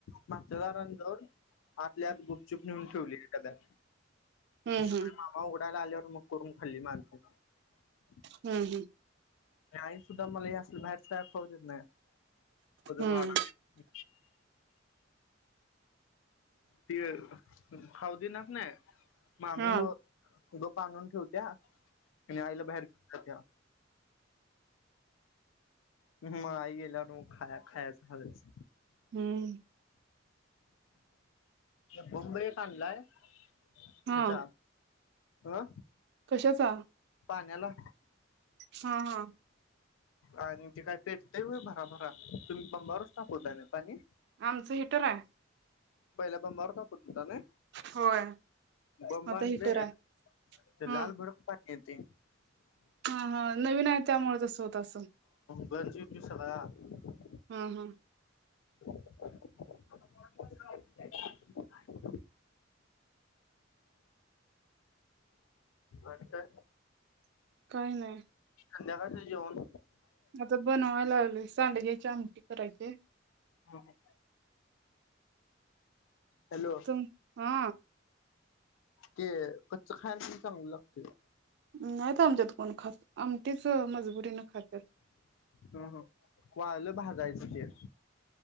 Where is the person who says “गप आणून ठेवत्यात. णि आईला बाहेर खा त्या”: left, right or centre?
Left